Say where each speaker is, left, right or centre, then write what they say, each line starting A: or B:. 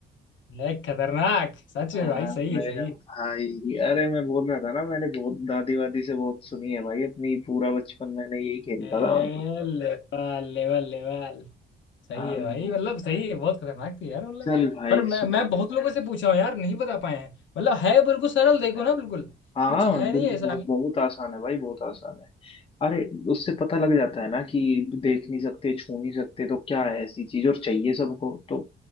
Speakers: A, on the left; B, on the left.
A: ये खतरनाक सच
B: हाँ,
A: में भाई सही
B: मैं
A: है सही है।
B: भाई अरे मैं बोल रहा था ना मैंने बहुत दादी वादी से बहुत सुनी है भाई अपनी पूरा बचपन मैंने यही खेलता
A: ए,
B: था मैं तो
A: Level level level सही
B: अरे
A: है भाई
B: भाई
A: मतलब सही है बहुत खतरनाक थी यार मतलब
B: चल भाई
A: पर मैं
B: सुन
A: मैं बहुत लोगों से पूछा हूँ यार नहीं बता पाए हैं मतलब है बिल्कुल सरल देखो ना बिल्कुल
B: हाँ
A: कुछ है
B: बिल-
A: नहीं ऐसा
B: बहु- बहुत आसान है भाई बहुत आसान है अरे उससे पता लग जाता है ना कि देख नहीं सकते छू नहीं सकते तो क्या है ऐसी चीज और चाहिए सबको तो